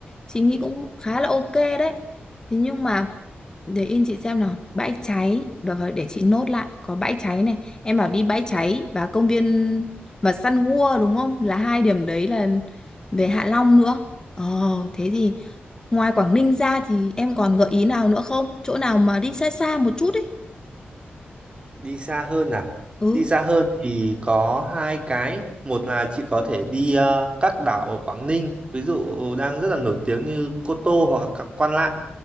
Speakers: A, on the left; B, on the right.
A: Chị nghĩ cũng khá là ok đấy. Thế nhưng mà để in chị xem nào, bãi cháy, được rồi để chị nốt lại, có bãi cháy này. Em bảo đi bãi cháy và công viên và săn gua đúng không? Là hai điểm đấy là về Hạ Long nữa. Ờ, thế thì ngoài Quảng Ninh ra thì em còn gợi ý nào nữa không? Chỗ nào mà đi xa xa một chút ấy.
B: Đi xa hơn à?
A: Ừ.
B: Đi xa hơn thì có hai cái. Một là chị có thể đi ờ, các đảo ở Quảng Ninh, ví dụ đang rất là nổi tiếng như Cô Tô hoặc là các Quan Lạn.